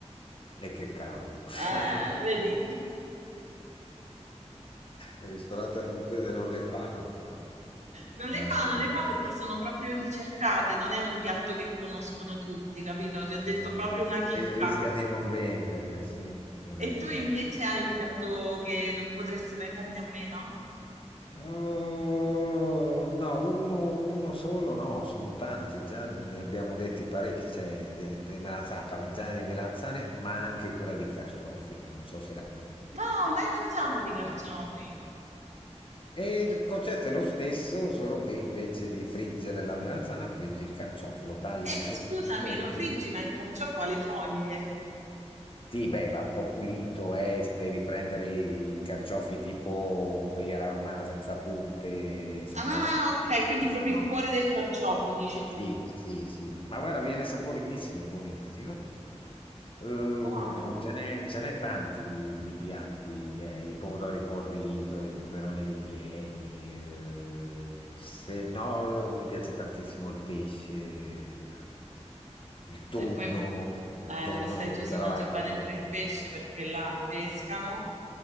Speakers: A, on the left; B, on the right.
A: E che cavolo. <laughs>
B: Eh, vedi?
A: Ristorante a puttane non le fa, no? No,
B: Non
A: ma
B: le
A: anche
B: fa, non
A: no.
B: le fa perché sono proprio ricercate, non è un piatto che conoscono tutti, capito? Ti ho detto
A: Ah,
B: proprio una chicca.
A: e rischia di non venderle, sì, c'è ragione.
B: E tu invece hai un piatto che non potresti mai farne a meno?
A: Oh, no, uno, uno solo no, sono tanti, già ne abbiamo detti parecchi, c'è de- delle melanzane, parmigiane di melanzane, ma anche quella di carciofi, che non so se la
B: No, mai mangiato di
A: quale.
B: carciofi.
A: E il concetto è lo stesso, solo che invece di friggere la melanzana, friggi il carciofo, lo tagli
B: Eh,
A: sottile.
B: scusami, lo friggi, ma il carciofo ha le foglie.
A: Sì, beh, va un po' pulito, eh, devi prendere i carciofi tipo quelli alla romana, senza punte, senza...
B: Ah,
A: sp-
B: ok, quindi
A: se
B: proprio
A: no-
B: il cuore del carciofo, dici tu.
A: Sì, sì, sì. Ma guarda, viene saporitissimo e buonissimo. Uh,
B: Buono.
A: ce n'è ce n'è tanti di, di piatti, eh, i pomodori col riso, i peperoni ripieni. eh, se no, mi piace tantissimo il pesce, il tonno,
B: E poi
A: il
B: eh,
A: tonno,
B: dove stai tu si
A: però
B: mangia
A: ecco,
B: bene
A: non
B: pure
A: detto.
B: il pesce perché là pescano,